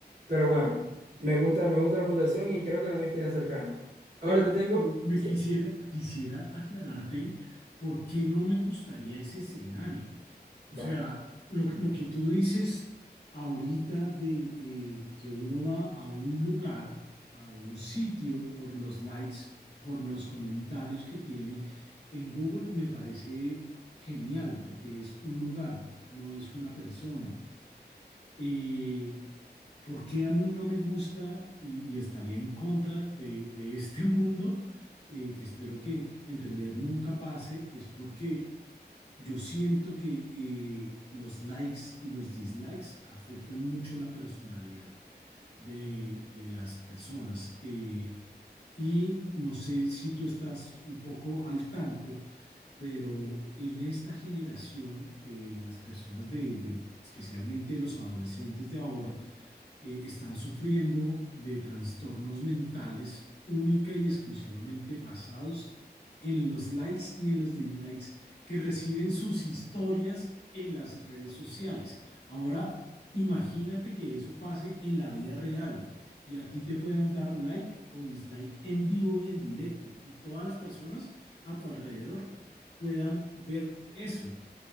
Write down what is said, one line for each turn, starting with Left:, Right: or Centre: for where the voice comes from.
Right: Pero bueno, me gusta, me gusta la puntuación y creo que la mía estaría cercana. Ahora
Left: pero,
Right: te tengo...
Left: pero me
Right: Sí,
Left: quisiera, quisiera aclararte por qué no me gustaría ese escenario.
Right: vale.
Left: O sea, lo, lo que tú dices ahorita de eh, que uno va a un lugar, a un sitio por los likes, por los comentarios que tiene en Google, me parece genial porque es un lugar, no es una persona. Eh, ¿Por qué a mí no me gusta y, y estaría en contra de, de este <laughs> mundo? eh, que espero que en realidad nunca pase, es porque yo siento que eh, los likes y los dislikes afectan mucho la personalidad de, de las personas. eh, y no sé si tú estás un poco al tanto pero en esta generación, eh, las personas de, de- especialmente los adolescentes de ahora, eh, están sufriendo de trastornos mentales única y exclusivamente basados en los likes y en los dislikes que reciben sus historias en las redes sociales. Ahora, imagínate que eso pase en la vida real y a ti te puedan dar like o dislike en vivo y en directo y todas las personas a tu alrededor puedan ver eso.